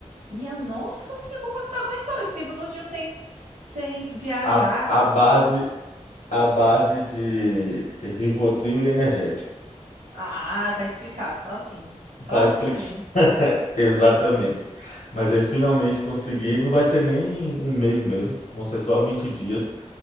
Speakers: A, on the right (about 75°); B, on the left (about 90°).
A: Minha nossa senhora, como foi que tu aguentou esse tempo todinho sem, sem viajar,
B: A,
A: sem
B: a
A: fazer
B: base,
A: alguma coisa?
B: a base de Rivotril e energético.
A: Ah, tá explicado, só assim. Só
B: Tá
A: assim
B: explicado.
A: mesmo.
B: <laughs> Exatamente. Mas aí finalmente consegui. Não vai ser nem um mês mesmo, vão ser só 20 dias.